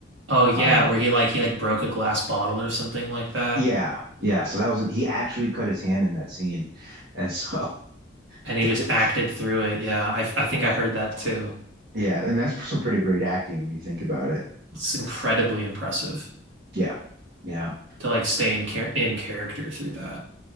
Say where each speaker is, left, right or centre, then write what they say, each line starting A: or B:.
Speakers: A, on the right; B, on the right.
A: Oh yeah,
B: Um,
A: where he like he like broke a glass bottle or something like that,
B: yeah, yeah. So that was he actually cut his hand in that scene, and so. <laughs>
A: and he
B: there's,
A: just acted through it. Yeah, I I think I heard that too.
B: Yeah, and that's some pretty great acting when you think about it.
A: It's incredibly impressive
B: Yeah, yeah.
A: to like stay in char in character through that.